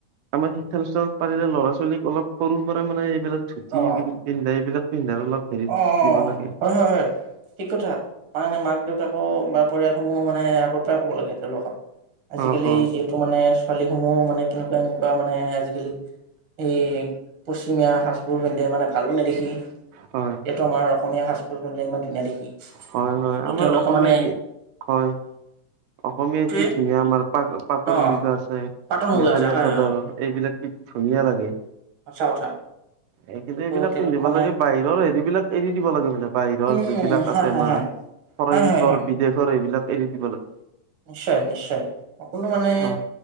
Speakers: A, on the right (about 85°); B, on the right (about 50°).
A: আমাৰ শিক্ষানুষ্ঠানত পাৰিলে ল'ৰা ছোৱালীক অলপ সৰুৰ পৰা মানে এইবিলাক ধুতি
B: অ
A: পিন্ধা এইবিলাক পিন্ধা অলপ হেৰি
B: অ, অ,
A: দিব লাগে
B: হয়। হয়। হয়। ঠিক কথা। মা দেউতাকো বা পৰিয়ালসমূহো মানে আগৰ পৰাই ক'ব লাগে তেওঁলোকক আজিকালি
A: অ অ
B: যিহেতু মানে ছোৱালীসমূহো মানে তেনেকুৱা মানে আজিকালি এই পশ্চিমীয়া সাজবোৰ পিন্ধে, মানে ভালো নেদেখি।
A: হয়
B: এইটো আমাৰ অসমীয়া সাজযুৰ পিন্ধিলে ইমান ধুনীয়া দেখি।
A: হয়। হয়।
B: কিন্তু
A: আমাৰ
B: তেওঁলোকে
A: অসমীয়া
B: মানে
A: গে হয়। অসমীয়া
B: এইটোৱে
A: কি ধুনীয়া আমাৰ পাটৰ
B: অ
A: মুগা আছে।
B: পাটৰ মুগা
A: মেখেলা
B: আছে হয়
A: চাদৰ
B: হয়
A: এইবিলাক ধুনীয়া লাগে।
B: সঁচা কথা।
A: সেই কিন্তু এইবিলাক
B: তেওঁলোক
A: পিন্ধিব
B: মানে
A: লাগে। বাহিৰৰ হেৰি বিলাক এৰি দিব লাগে মানে বাহিৰৰ
B: উম
A: যিবিলাক
B: হয়
A: আছে
B: হয়
A: আমাৰ।
B: হয়
A: ফৰেন্তৰ,
B: হয় হয় হয়
A: বিদেশৰ সেইবিলাক এৰি দিব লাগে।
B: নিশ্চয়। নিশ্চয়। সকলো মানে
A: অ',